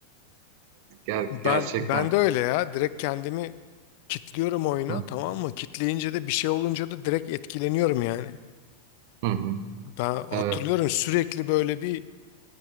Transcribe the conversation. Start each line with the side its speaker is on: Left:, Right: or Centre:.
Right: Ger-
Left: Ben
Right: gerçekten.
Left: ben de öyle ya direkt kendimi kitliyorum oyuna
Right: Hı hı.
Left: tamam mı? Kitleyince de bir şey olunca da direkt etkileniyorum yani.
Right: Hı hı.
Left: Ben hatırlıyorum
Right: Evet.
Left: sürekli böyle bir